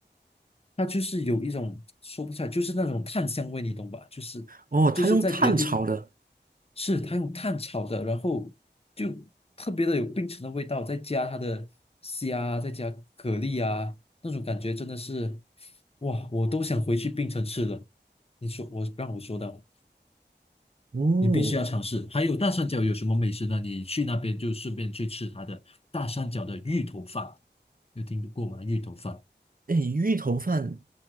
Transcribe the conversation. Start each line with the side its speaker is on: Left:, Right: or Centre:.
Left: 它就是有一种说不出来，就是那种炭香味，你懂吧？就是就是在别的地方
Right: 哦，它用碳炒的。
Left: 是它用炭炒的，然后就特别的有槟城的味道，再加它的虾，再加蛤蜊啊，那种感觉真的是，哇，我都想回去槟城吃了。你说我让我说的。
Right: 哦，
Left: 你必须要尝试。还有大三角有什么美食呢？你去那边就顺便去吃它的大三角的芋头饭，有听过吗？芋头饭。
Right: 哎，芋头饭，